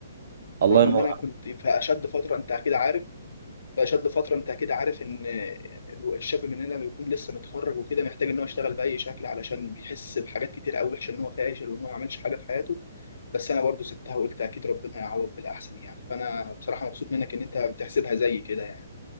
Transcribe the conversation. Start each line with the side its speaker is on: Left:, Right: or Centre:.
Right: الله
Left: رغم
Right: ينور
Left: ان انا
Right: عليك.
Left: كنت في اشد فتره انت اكيد عارف في اشد فتره انت اكيد عارف ان الشاب مننا بيكون لسه متخرج وكده محتاج ان هو يشتغل باي شكل علشان بيحس بحاجات كتير قوي وحشه ان هو فاشل وان هو ما عملش حاجه في حياته بس انا برضو سبتها وقلت اكيد ربنا هيعوض بالاحسن يعني فانا بصراحه مبسوط منك ان انت بتحسبها زي كده يعني